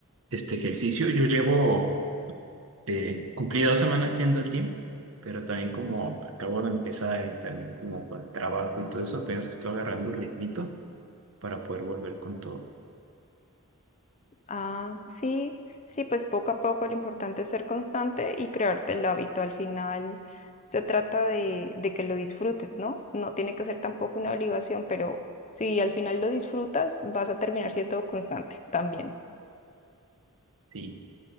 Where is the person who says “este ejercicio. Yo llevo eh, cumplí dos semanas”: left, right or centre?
Right